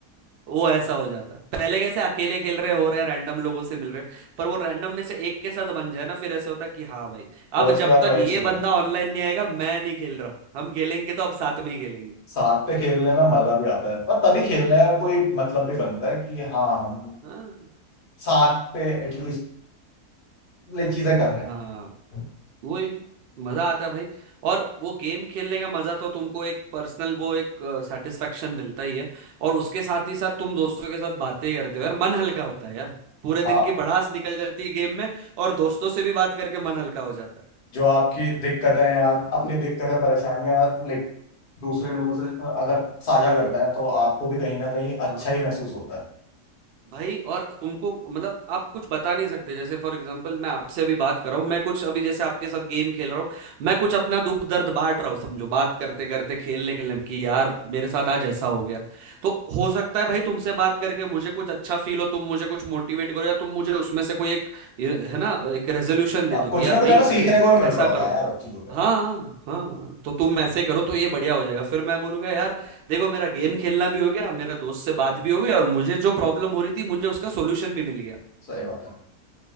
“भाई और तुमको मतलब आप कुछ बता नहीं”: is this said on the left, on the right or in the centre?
Right